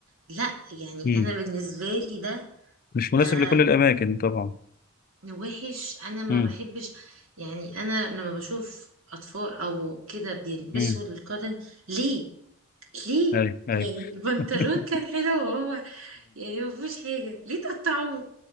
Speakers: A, on the right (about 75°); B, on the left (about 45°).
A: لا يعني
B: أمم.
A: انا بالنسبه لي ده
B: مش
A: ب-
B: مناسب لكل الاماكن طبعا
A: وحش انا
B: امم
A: ما بحبش يعني انا لما بشوف اطفال او كده بيلبسوا
B: امم
A: الكاتنج ليه ليه
B: اي اي
A: يعني البنطلون
B: <laughs>
A: كان حلو وهو يعني ما فيهوش حاجه ليه تقطعوه